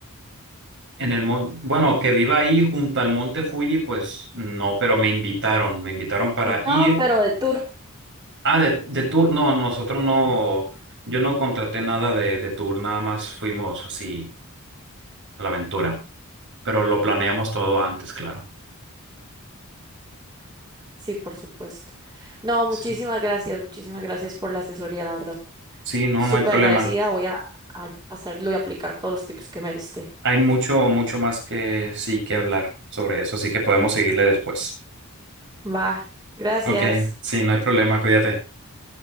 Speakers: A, on the right; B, on the right.
A: En el mon- bueno, que viva ahí junto al monte Fuji, pues no, pero me invitaron, me invitaron para ir.
B: No, pero de tour.
A: Ah, de, de tour, no, nosotros no, yo no contraté nada de, de tour, nada más fuimos así a la aventura, pero lo planeamos todo antes, claro.
B: Sí, por supuesto. No,
A: Sí,
B: muchísimas gracias, muchísimas gracias por la asesoría, la verdad.
A: Sí, no,
B: Súper
A: no hay problema.
B: agradecida. Voy a, a hacerlo y aplicar todos los tips que me diste.
A: Hay mucho, mucho más que sí que hablar sobre eso, así que podemos seguirle después.
B: Va, gracias.
A: Ok, sí, no hay problema, cuídate.